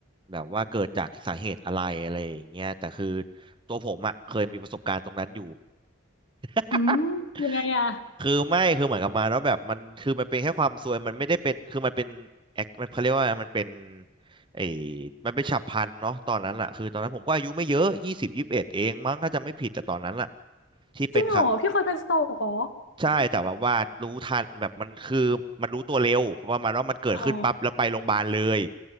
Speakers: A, on the right; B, on the left.
A: แบบว่าเกิดจากสาเหตุอะไรอะไรอย่างเงี้ยแต่คือตัวผมอ่ะเคยมีประสบการณ์ตรงนั้นอยู่ <laughs>
B: อืมยังไงอะ
A: คือไม่คือเหมือนกับมาแล้วแบบมันคือมันเป็นแค่ความซวยมันไม่ได้เป็นคือมันเป็นแอคมันเขาเรียกว่ามันเป็นไอ้มันเป็นฉับพลันเนาะตอนนั้นแหละคือตอนนั้นผมก็อายุไม่เยอะยี่สิบยี่สิบเอ็ดเองมั้งถ้าจำไม่ผิดแต่ตอนนั้นแหละที่เป็นครั้ง
B: จริงเหรอพี่เคยเป็นสโตรกเหรอ
A: ใช่แต่แบบว่ารู้ทันแบบมันคือมันรู้ตัวเร็วเพราะว่ามันว่ามันเกิดขึ้นปั๊บแล้วไปโรงพยาบาลเลย
B: อ๋อ